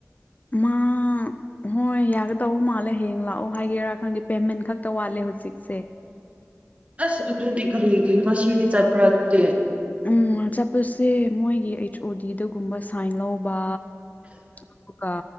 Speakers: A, on the left; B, on the right.
A: ꯃꯥ ꯍꯣꯏ ꯌꯥꯒꯗꯧ ꯃꯥꯜꯂꯦ ꯍꯌꯦꯡ ꯂꯥꯛꯑꯣ ꯍꯥꯏꯒꯦꯔꯥ ꯈꯪꯗꯦ ꯄꯦꯃꯦꯟ ꯈꯛꯇ ꯋꯥꯠꯂꯦ ꯍꯧꯖꯤꯛꯁꯦ <inaudible>
B: ꯑꯁ ꯑꯗꯨꯗꯤ ꯀꯔꯤꯒꯤ ꯉꯁꯤꯗꯤ ꯆꯠꯄ꯭ꯔꯥ ꯑꯗꯨꯗꯤ
A: ꯎꯝ ꯆꯠꯄꯁꯦ ꯃꯣꯏꯒꯤ ꯑꯩꯆ ꯑꯣ ꯗꯤꯗꯒꯨꯝꯕ ꯁꯥꯏꯟ ꯂꯧꯕ ꯑꯗꯨꯒ